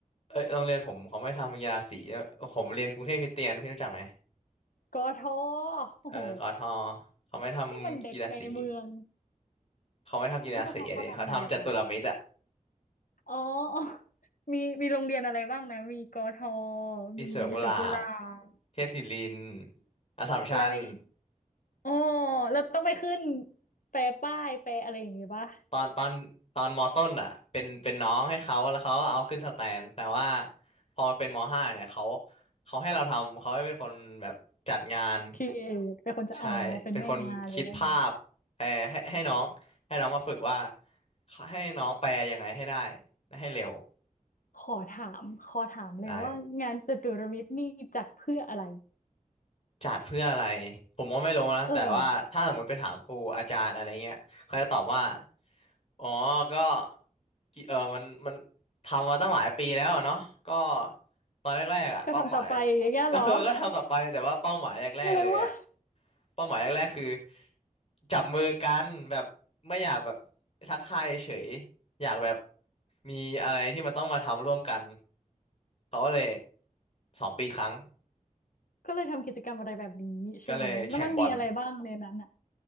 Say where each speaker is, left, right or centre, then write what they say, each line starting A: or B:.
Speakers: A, on the left (about 50°); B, on the left (about 75°).
A: เอ้ยโรงเรียนผมเขาไม่ทำกีฬาสีผมเรียนกรุงเทพคริสเตียนพี่รู้จักไหม
B: กทโอ้โห
A: เออกทเขาไม่ทำกีฬาสี
B: นี่มันเด็กในเมือง
A: เขาไม่ทำกีฬาสีอะดิเขาทำจัตุรมิตรอ่ะ
B: แล้วกทเขาทำอะไรอ่ะอ๋อ <laughs> มีมีโรงเรียนอะไรบ้างนะมีกท
A: มีสวนกุหลาบ
B: มีสวนกุหลาบ
A: เทพศิรินทร์อัสสัมชัญ
B: แล้วอะไรอีกอ๋อแล้วต้องไปขึ้นแปลป้ายแปลอะไรอย่างงี้ปะ
A: ตอนตอนตอนมอต้นอ่ะเป็นเป็นน้องให้เขาแล้วเขาก็เอาขึ้นสแตนแต่ว่าพอมาเป็นมห้าเนี่ยเขาเขาให้เราทำเขาให้เป็นคนแบบจัดงาน
B: ครีเอทเป็นคนจะอ๋อเป็นแม่งานเป็นแม่งาน
A: ใช่เป็นคนคิดภาพเออให้ให้น้องให้น้องมาฝึกว่าให้น้องแปลยังไงให้ได้และให้เร็ว
B: ขอถามขอถามเลยว่างานจตุรมิตรนี่จัดเพื่ออะไร
A: ได้ จัดเพื่ออะไรผมก็ไม่รู้นะแต่ว่าถ้าสมมติไปถามครูอาจารย์อะไรเงี้ยเขาจะตอบว่า
B: เออ
A: อ๋อก็กิเออมันมันทำมาตั้งหลายปีแล้วอะเนาะก็ตอนแรกๆอ่ะเป้าหมาย
B: ก็ทำต่อไปอย่างเงี้ยเหรอ
A: <laughs> เออก็ทำต่อไปแต่ว่าเป้าหมายแรกๆเลยอ่ะ
B: ก็เลยว่า
A: เป้าหมายแรกๆคือจับมือกันแบบไม่อยากแบบทักทายเฉยอยากแบบมีอะไรที่มันต้องมาทำร่วมกันเขาก็เลยสองปีครั้ง
B: ก็เลยทำกิจกรรมอะไรแบบนี้ใช่ไหมแล้วมันมีอะไรบ้างในนั้นอ่ะ
A: ก็เลยแข่งบอล